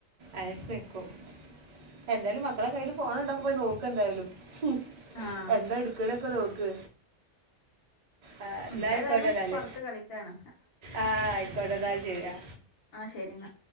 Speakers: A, on the right; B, on the left.
A: അയസ് നിക്കും എന്തായാലും മക്കളെ കയ്യിൽ ഫോണ് ഉണ്ടാന്ന് പോയി നോക്ക്‌ എന്തായാലും ഹും
B: ആഹ്
A: എന്താ എട് ക്ക്‌ണക്കെ നോക്ക് ആ അല്ല
B: ഇപ്പ
A: ആയിക്കോട്ടെന്നാല്
B: ഏതായാലും പൊറത്ത് കളിക്കാണ്
A: ആ ആയിക്കോട്ടെ എന്നാ ശെരി ആ
B: ആ ശരി ഇന്നാ